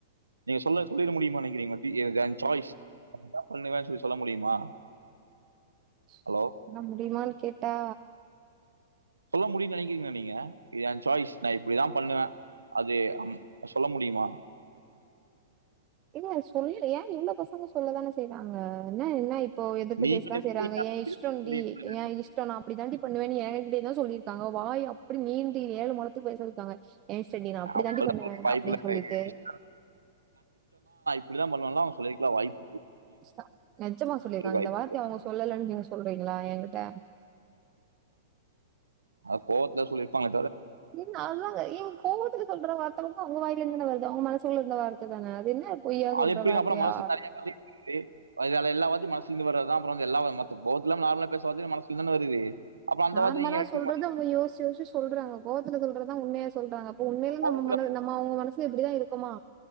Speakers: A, on the right; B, on the right.
A: நீங்க சொல்லர்து சொல்லிருக்க முடியுமா நினைக்கிறீங்க பீ ஹியர் தென் சாய்ஸ் அப்தா பண்ணுவேன் சொல்லி சொல்ல முடியுமா
B: ஸ்
A: ஹலோ!
B: சொ சொன்ன முடியமானு கேட்டா
A: சொல்ல முடியுன்னு நினைக்கிறீங்கலா நீங்க இது எ சாய்ஸ் நா இப்டிதா பண்ணுவே அதே அம் சொல்ல முடியுமா
B: இல்ல சொல்லில ஏங் இவ்ளோ பசங்க சொல்லதானே செய்வாங்க என்ன என்ன இப் போ எதிர்த்து
A: நீங்களே
B: பேசதா
A: விட்டீங்கன்னா
B: செய்றாங்க ஏ இஷ்டோன்டி
A: முடியுமாங்க?
B: ஏ இஷ்டோ நா அப்டிதாண்டி பண்ணுவே எ கிட்டேயேதா சொல்லிருக்காங்க வாய் அப்டி நீண்டி ஏழு மொழத் த்து பொய் சொல்லிர்க்காங்க எ சேர்ட்டி நா அப்டி
A: அப்பலாம்
B: தாண்டி பண்ணுவே
A: வாய்ப்பு
B: அப்டின் சொல்லிட்டு
A: இல்ல அப்டிதா பண்ணவாங் லா அவுங்க சொல்லிர்க்கலா வாய்ப்
B: ஸ்தா நெஜமா சொல்லிருக்காங்க
A: வாய்ப்பு
B: இந்த வார்த்தைய
A: இருக்கு
B: அவுங்க சொல்லலேன் நீங்க சொல்றீங்களா எங்கிட்ட
A: அத் கோவத்ல சொல்லிருப்பாங்க
B: ஏங்க அதாங்க ஏங் கோவத்துல சொல்ற வார்த்த அவுங்க வாயில இருந்துதானே வருது அவங்க மனசு லர்ந்த வார்த்த தானே அது என்ன பொய்யா சொல்ற
A: அது எப்டிங்க
B: வார்த்தையா?
A: அப்றோ மனசு கரையா மாதிரி ஏ அது அதெல்லா வாத்தி மனசுல இருந்து வருதுதுதா அப்றோ வந்து எல்லா வந் மொத்த கோவத்தில்லாம நார்மலா பேசறதே மனசுல இருந்தானே வருது அப்புறம் அந்த
B: நார்மலா
A: வார்த்தை நீங்க எடுத்துக்க
B: சொல்றது
A: மாட்டீங்க
B: அவுங்க யோஸ்ச்சு யோஸ்ச்சு சொல்றாங்க கோவத்துல சொல் றதுதா உண்மையா சொல்றாங்க அப்ப உண்மைல
A: கோவத்துல
B: நம்ம மேல நம்ம அவுங்க மனசுல இப்டிதா இருக்கோமா